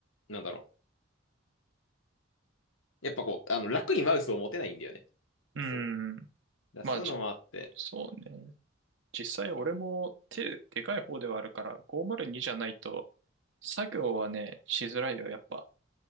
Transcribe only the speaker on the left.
なんだろう。やっぱこう、あの、楽にマウスを持てないんだよね。
そう。だか
らそういうのもあって、